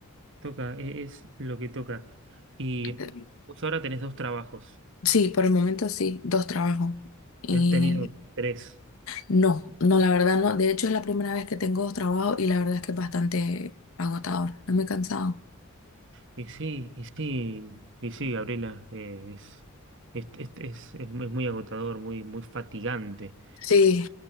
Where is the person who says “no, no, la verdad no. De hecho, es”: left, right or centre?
Left